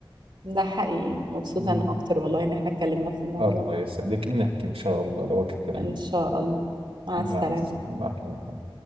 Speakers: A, on the right; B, on the right.
A: ده حقيقي مبسوطة
B: مم.
A: انا اكتر والله ان احنا اتكلمنا في الموضوع
B: الله يسعدك بنحكي إن شاء الله لوقت ثاني
A: ان شاء الله مع
B: مع
A: السلامة
B: السلامة أهلا